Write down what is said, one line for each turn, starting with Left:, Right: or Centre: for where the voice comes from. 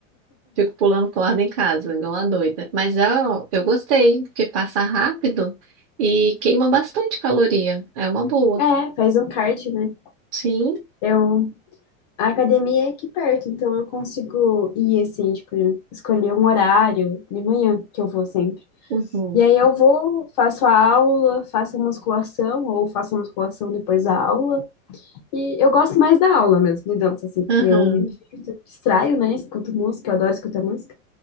Right: Fico pulando corda em casa, igual uma doida. Mas eu, eu gostei, porque passa rápido e queima bastante caloria. É uma boa.
Left: É, faz um cardio, né?
Right: Sim.
Left: Eu, a academia é aqui perto, então eu consigo ir assim, tipo, escolher um horário de manhã que eu vou sempre.
Right: Uhum.
Left: E aí eu vou, faço a aula, faço a musculação, ou faço a musculação depois da aula. E eu gosto mais da aula mesmo, de dança, assim, que
Right: Aham.
Left: eu me divirto, eu distraio, né? Escuto música, eu adoro escutar música.